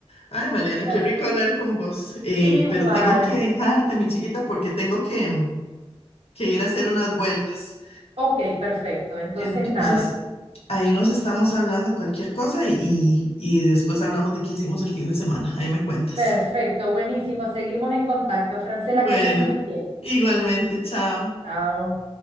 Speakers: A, on the left (about 70°); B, on the right (about 70°).
A: Ay, Mariana,
B: Así.
A: qué rico hablar con vos, eh,
B: Igual.
A: pero tengo que dejarte, mi chiquita, porque tengo que, que ir a hacer unas vueltas.
B: Ok, perfecto. Entonces,
A: Entonces,
B: nada.
A: ahí nos estamos hablando cualquier cosa y, y y después hablamos de qué hicimos el fin de semana. Ahí me cuentas.
B: Perfecto, buenísimo. Seguimos en contacto. Francela,
A: Bueno,
B: que estés muy bien.
A: igualmente, chao.
B: Chao.